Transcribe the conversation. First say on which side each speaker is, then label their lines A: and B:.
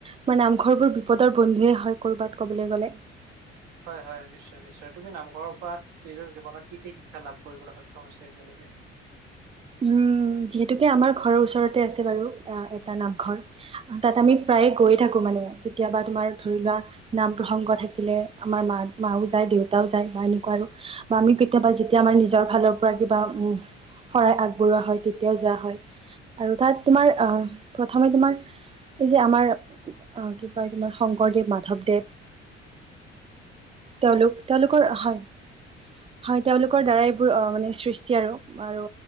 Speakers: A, on the right; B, on the right.
A: মোৰ নামঘৰবোৰ বিপদৰ বন্ধুৱে হয় কৰবাত কবলৈ গ'লে।
B: হয়-হয়, নিশ্চয়-নিশ্চয়। তুমি নামঘৰৰ পৰা নিজৰ জীৱনত কি কি শিক্ষা লাভ কৰিবলৈ সক্ষম হৈছে এতিয়ালৈকে? অকে।
A: উম। উ যিহেতুকে আমাৰ ঘৰৰ ওচৰতে আছে বাৰু এটা নামঘৰ। তাত আমি প্ৰায়ে গৈ থাকো। মানে কেতিয়াবা তোমাৰ ধৰি লোৱা নাম প্ৰসংগ থাকিলে আমাৰ মা মাও যায়, দেউতাও যায়। বা এনেকুৱা আৰু বা আমি কেতিয়াবা যেতিয়া আমাৰ নিজৰ ফালৰ পৰা কিবা শৰাই আগবঢ়োৱা হয় তেতিয়া যোৱা হয় আৰু তাত তোমাৰ আহ প্ৰথমে তোমাৰ এই যে আমাৰ আহ কি কয় তোমাৰ শংকৰদেৱ, মাধৱদেৱ তেওঁলোক তেওঁলোকৰ, হয়। হয়। তেওঁলোকৰ দ্বাৰাই এইবোৰ আহ মানে সৃষ্টি আৰু আৰু